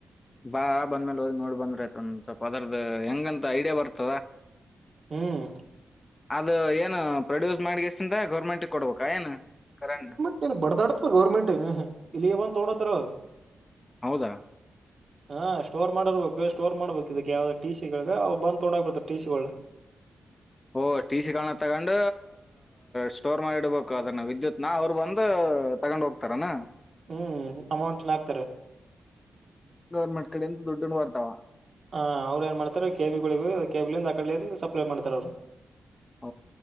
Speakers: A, on the left (about 25°); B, on the right (about 50°).
A: ಬಾ ಬಂದ ಮೇಲೆ ಹದ್ ನೋಡ್ ಬಂದ್ರಯತಂದ ಸ್ವಲ್ಪ ಅದ ಹೆಂಗಂತ ಐಡಿಯಾ ಬರ್ತ.
B: ಹ್ಮ್
A: ಅದು ಏನು ಪ್ರೊಡ್ಯೂಸ್ ಮಾಡಷ್ಟ ಗೌರ್ಮೆಂಟ್. ಕೊಡ್ಬೇಕಾ ಏನು ಕರೆ.
B: ಇ ಬಡದಾಡತದ ಗೌರ್ಮೆಂಟ್ ಇಲ್ಲಿ ಬಂದು ತೋತ್ತತರ.
A: ಹೌದಾ.
B: ಹಾ ಸ್ಟೋರ್ ಮಾಡಿರ್ಬೇಕು ಸ್ಟೋರ್ ಮಾಡ್ಬೇಕು ಇದಕ್ ಯಾವ್ದ ಟ ಸಿಗಳಗವು ಬಂದ ತೊೊಂಡ ಹೋಗ್ ಬಿಡ್ತ ಟಿ ಸಿಗಳು.
A: ಓಹ ಟಿ ಸಿಗಳನ್ನ ತಗೊಂಡ ಸ್ಟೋರ್ ಮಾಡಿಡ್ಬೇಕು ಅದನ್ನ ವಿದ್ಯುತ್ನ ಅವ್ರು ಬಂದು. ತಗೊಂಡ್ ಹೋಗ್ತಾರನಾ.
B: ಹ್ಮ್ ಅಮೌಂಟ್ಲ್ಲ ಹಾಕ್ತಾರೆ.
A: ಗೌರ್ಮೆಂಟ್ ಕಡೆ ಅಂತ ದುಡ್ ಬರ್ತಾವ.
B: ಹಾಂ ಅವ್ರು ಏನು ಮಾಡ್ತಾರೆ ಕೆಬಿಗಳಿಗೆ ಅ ಕೆಬಿಿಯಿಂದ ಆ ಕಡಿಂದ ಸಪ್ಲೈ ಮಾಡ್ತಾರೆ ಅವ್ರು.
A: <unintelligible>